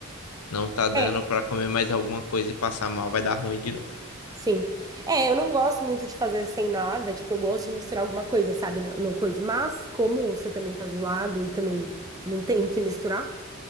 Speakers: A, on the left (about 90°); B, on the right (about 15°).
A: não tá dando
B: É,
A: pra comer mais alguma coisa e passar mal, vai dar ruim de novo.
B: sim. É, eu não gosto muito de fazer sem nada, tipo, eu gosto de misturar alguma coisa, sabe, no, no coisa. Mas como você também tá zoado e também não tem o que misturar,